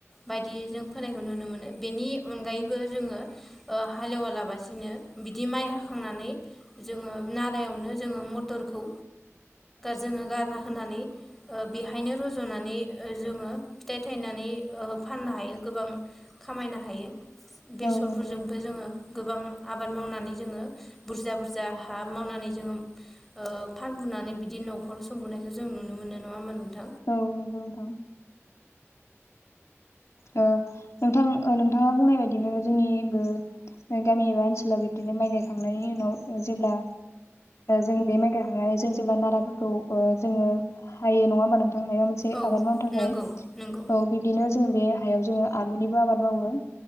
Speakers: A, in the centre; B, on the left.
A: बायदि जों फोनायखौ नुनो मोनो बेनि अनगायैबो जोंङो हालेवालाबासिनो बिदि माइ हाखांनानै जोंङो नालायावनो जोंङो मटरखौ जोंङो गारना होनानै बेहायनो जोंङो फिथाइ थायनानै फाननो हायो गोबां खामायनो हायो बेसरफोरजोंबो
B: नंगौ,
A: जोंङो गोबां आबाद मावनानै जोंङो बुरजा बुरजा हा मावनानै ओम ओ फानबुनानै बिदि न' नखौ सबोननायखौ जों नुनो मोनो नोंथां
B: औ नंगौ नोंथां नोंथां नोंथाङा बुंनाय बायदिनो जोंनिबो गामि एबा ओनसोलाव बिदिनो माइ गायखांनायनि उनाव जेब्ला जों बे माइ गायखांनानै जों जेब्ला नाराफोरखौ जोङो हायो नङा होमबा नों थांनाया मोनसे
A: औ
B: आबाद मावनो थाखाय
A: नंगौ नंगौ
B: औ बिदिनो जों बे हायाव जोंङो आलुनिबो आबाद मावो